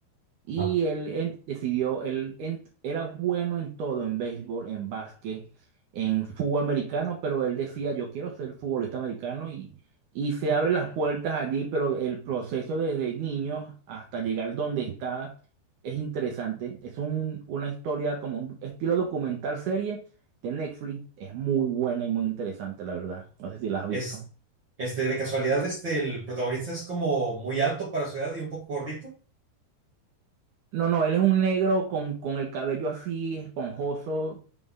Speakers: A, on the right (about 70°); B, on the right (about 45°).
A: Y
B: ajá.
A: él en- decidió, él en- era bueno en todo, en béisbol, en básquet, en fútbol americano, pero él decía, yo quiero ser futbolista americano y, y se abre las puertas allí, pero el proceso desde niño hasta llegar donde está es interesante. Es un- una historia como un estilo documental serie de Netflix. Es muy buena y muy interesante, la verdad. No sé si la has visto.
B: Es, este, de casualidad, este, el protagonista es como muy alto para su edad y un poco gordito.
A: No, no, él es un negro con, con el cabello así esponjoso